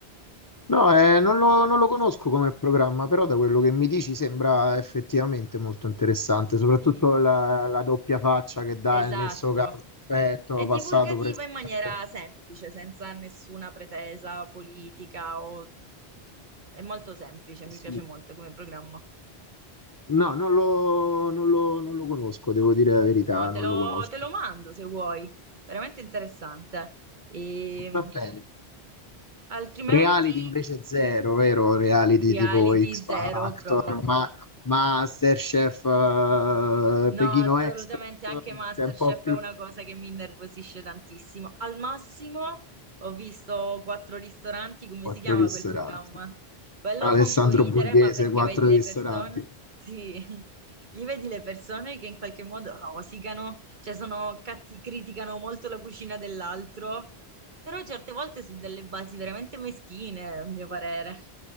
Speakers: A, on the left; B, on the right.
A: No, eh, non lo, non lo conosco come programma, però da quello che mi dici sembra effettivamente molto interessante, soprattutto
B: Sì.
A: la, la doppia faccia che dà
B: Esatto.
A: il nesso causa-effetto,
B: È
A: passato,
B: divulgativa
A: presente.
B: in maniera
A: Eh
B: semplice, senza nessuna pretesa politica o... È molto semplice, mi
A: Sì.
B: piace molto come programma.
A: No, non lo, non lo- non lo conosco, devo dire la verità,
B: No, te
A: non
B: lo,
A: lo conosco.
B: te lo mando se vuoi. Veramente interessante. E,
A: Va bene.
B: altrimenti
A: Reality invece zero, vero? Reality
B: Reality
A: tipo X
B: zero
A: Factor,
B: proprio.
A: ma MasterChef, eh,
B: No,
A: Pechino
B: assolutamente
A: Express,
B: anche MasterChef
A: che è un po' più...
B: è una cosa che mi innervosisce tantissimo. Al massimo ho visto quattro ristoranti, come
A: Quattro
B: si chiama
A: ristoranti.
B: quel programma? Quello
A: Alessandro
B: fa un po' ridere,
A: Borghese,
B: ma perché
A: quattro
B: vedi le
A: ristoranti.
B: persone? Sì, <laughs> lì vedi le persone che in qualche modo rosicano, cioè sono catti, criticano molto la cucina dell'altro, però certe volte su delle basi veramente meschine, a mio parere.